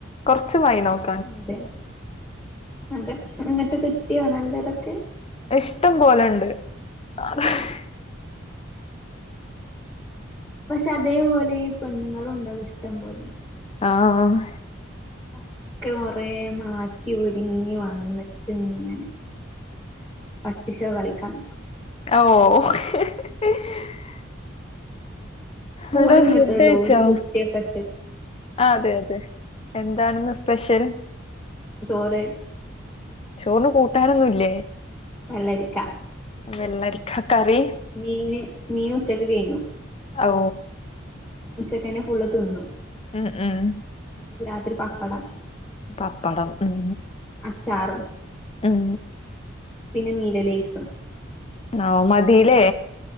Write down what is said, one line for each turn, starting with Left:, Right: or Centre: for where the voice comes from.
Left: കുറച്ച് വൈ <unintelligible>
Centre: അതെ അതെ- അതെ എന്നിട്ട് കിട്ടിയോ നല്ലതൊക്കെ?
Left: ഇഷ്ടം പോലെണ്ട് <unintelligible>
Centre: പക്ഷെ അതേപോലെ ഈ പെണ്ണുങ്ങളും ഉണ്ടാകും ഇഷ്ടം പോലെ-
Left: ആഹ് ആഹ്
Centre: ഒക്കെ കൊറേ മാറ്റി ഒരുങ്ങി വന്നിട്ട് ഇങ്ങനെ- പട്ടിശോ കളിക്കാൻ
Left: ഓഓ <unintelligible> നല്ല
Centre: ഓല് ഇങ്ങട്ട്
Left: ഫുഡ് കഴിച്ചോ?
Centre: ലോഡ് പുട്ടിയൊക്കെ ഇട്ട്
Left: ആഹ് അതെ അതെ എന്താണെന്ന് സ്പെഷ്യൽ?
Centre: ചോറ്
Left: ചോറിന് കൂട്ടാനൊന്നുംല്ലേ?
Centre: പല്ലരിക്ക
Left: വെള്ളിക്ക കറി
Centre: മീന് മീൻ ഉച്ചക്ക് കഴുന്നു.
Left: ഔ
Centre: ഉച്ചക്കന്നെ ഫുള് തിന്നു.
Left: ഉം ഉം.
Centre: അപ്പ രാത്രി പപ്പടം.
Left: പപ്പടം ഉം
Centre: അച്ചാറും
Left: ഉം.
Centre: പിന്നെ നീലലേസും.
Left: ആഹ് മതില്ലേ